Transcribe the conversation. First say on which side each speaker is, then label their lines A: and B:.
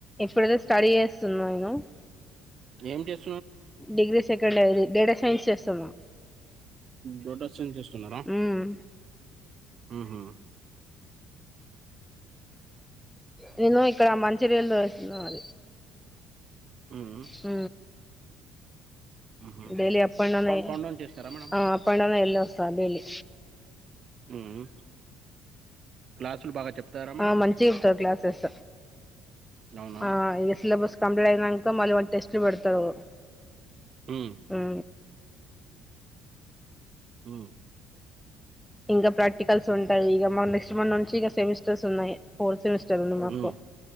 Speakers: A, in the centre; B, on the right.
A: ఇప్పుడైతే స్టడీ చేస్తున్నా నేను
B: ఏం చేస్
A: డిగ్రీ సెకండ్ ఇయర్ ఇది డేటా సైన్స్ చేస్తున్నా,
B: డేటసైన్స్ చేస్తున్నారా
A: మ్మ్
B: ఆహా
A: నేను ఇక్కడ మంచిర్యలొ చేస్తున్నా <inaudible>
B: హ్మ్.
A: ఊ
B: హుహు.
A: Daily up and down
B: down చేస్తారా మేడం?
A: ఆ అప్ అండ్ డౌన్ వెళ్ళొస్తా డైలీ
B: హ్మ్. క్లాసులు బాగా చెప్తారా మేడం?
A: ఆ మంచి గా చెప్తారు క్లాసెస్
B: అవునా?
A: ఆ ఇ సిలబస్ కంప్లీట్ అయినాక మళ్ళీ టెస్ట్ టెస్ట్ పెడుతారు
B: హ్మ్.
A: ఊ
B: ఉ
A: ఇంకా ప్రాక్టికల్స్ ఉంటాయి ఇక నెక్స్ట్ మంత్ నుంచి ఇక సెమిస్టర్స్ ఉన్నాయి ఫోర్త్ సెమిస్టర్ సెమిస్టర్ మాకు
B: హ్మ్.